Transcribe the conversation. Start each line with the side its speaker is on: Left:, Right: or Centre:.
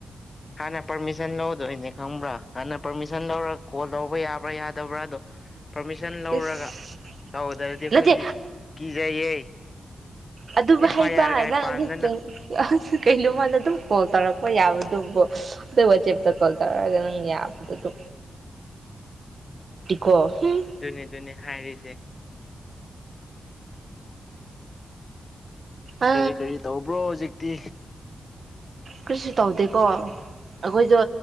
Left: ꯍꯥꯟꯅ ꯄꯔꯃꯤꯁꯟ ꯂꯧꯗꯣꯏꯅꯦ ꯈꯪꯕ꯭ꯔꯥ ꯍꯥꯟꯅ ꯄꯔꯃꯤꯁꯟ ꯂꯧꯔꯒ ꯀꯣꯜ ꯂꯧꯕ ꯌꯥꯕ꯭ꯔꯥ ꯌꯥꯗꯕ꯭ꯔꯥ ꯑꯗꯣ ꯄꯔꯃꯤꯁꯟ ꯂꯧꯔꯒ
Right: ꯏꯁ
Left: ꯇꯧꯗ꯭ꯔꯗꯤ ꯑꯩꯈꯣꯏꯗꯤ
Right: ꯅꯠꯇꯦ
Left: ꯀꯤꯖꯩꯌꯦ
Right: ꯑꯗꯨꯕꯨ
Left: ꯑꯦꯐ
Right: ꯍꯩꯕ
Left: ꯑꯥꯏ ꯑꯥꯔꯒꯥꯏ
Right: ꯅꯪ
Left: ꯄꯥꯟꯗꯅ
Right: ꯑꯗꯨꯛꯇꯪ ꯑ ꯀꯩꯅꯣꯃꯗ ꯑꯗꯨꯝ ꯀꯣꯜ ꯇꯧꯔꯛꯄ ꯌꯥꯕꯗꯨꯕꯨ ꯑꯗꯨ ꯋꯆꯦꯞ ꯀꯣꯜ ꯇꯧꯔꯒ ꯅꯪ ꯌꯥꯕꯗꯨꯕꯨ ꯀꯣ ꯍꯨꯡ
Left: ꯑꯗꯨꯅꯦ ꯑꯗꯨꯅꯦ ꯍꯥꯏꯔꯤꯁꯦ
Right: ꯑ
Left: ꯀꯔꯤ ꯀꯔꯤ ꯇꯧꯕ꯭ꯔꯣ ꯍꯧꯖꯤꯛꯇꯤ
Right: ꯀꯔꯤꯁꯨ ꯇꯧꯗꯦꯀꯣ ꯑꯩꯈꯣꯏꯗꯣ